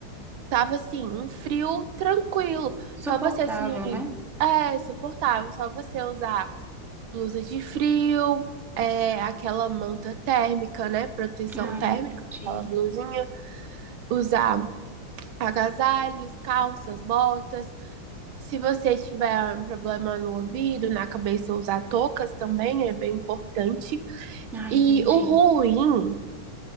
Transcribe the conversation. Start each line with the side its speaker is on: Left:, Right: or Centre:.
Right: tava assim, um frio tranquilo,
Centre: Suportável,
Right: só você assim,
Centre: né?
Right: é suportável, só você usar blusa de frio, é, aquela manta térmica, né? Proteção
Centre: Ah,
Right: térmica,
Centre: entendi.
Right: aquela blusinha. Usar agasalhos, calças, botas. Se você tiver um problema no ouvido, na cabeça, usar toucas também é bem importante.
Centre: Ah,
Right: E
Centre: entendi.
Right: o ruim